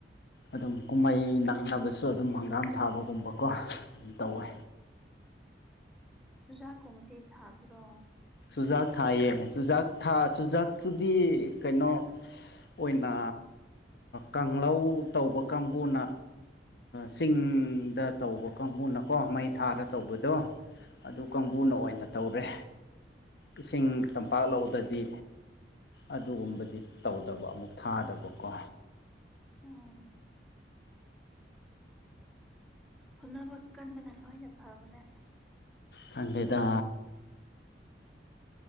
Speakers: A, on the left (about 60°); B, in the centre.
A: ꯑꯗꯨꯝ ꯀꯨꯝꯍꯩ
B: ꯎꯝ
A: ꯅꯪꯅꯕꯁꯨ ꯑꯗꯨꯝ ꯍꯪꯒꯥꯝ ꯊꯥꯕꯒꯨꯝꯕꯀꯣ ꯑꯗꯨꯝ ꯇꯧꯋꯦ
B: ꯆꯨꯖꯥꯀꯨꯝꯕꯗꯤ ꯊꯥꯗ꯭ꯔꯣ
A: ꯆꯨꯖꯥꯛ ꯊꯥꯏꯌꯦ ꯆꯨꯖꯥꯛ ꯊꯥ ꯆꯨꯖꯥꯛꯇꯨꯗꯤ ꯀꯩꯅꯣ ꯑꯣꯏꯅ ꯀꯥꯡꯧ ꯇꯧꯕ ꯀꯥꯡꯕꯨꯅ ꯆꯤꯡꯗ ꯇꯧꯕ ꯀꯥꯡꯕꯨꯅꯀꯣ ꯃꯩ ꯊꯥꯔ ꯇꯧꯕꯗꯣ ꯑꯗꯨ
B: ꯎꯝ
A: ꯀꯥꯡꯕꯨꯅ ꯑꯣꯏꯅ ꯇꯧꯔꯦ ꯏꯁꯤꯡ
B: ꯎꯝ
A: ꯇꯝꯄꯥꯛ ꯂꯧꯕꯗꯗꯤ ꯑꯗꯨꯒꯨꯝꯕꯗꯤ ꯇꯧꯗꯕ ꯑꯃꯨꯛ ꯊꯥꯗꯕꯀꯣ
B: ꯑꯣ ꯍꯣꯠꯅꯕ ꯀꯟꯕꯅ ꯂꯣꯏꯅ ꯐꯕꯅ
A: ꯀꯥꯟꯗꯦꯗꯥ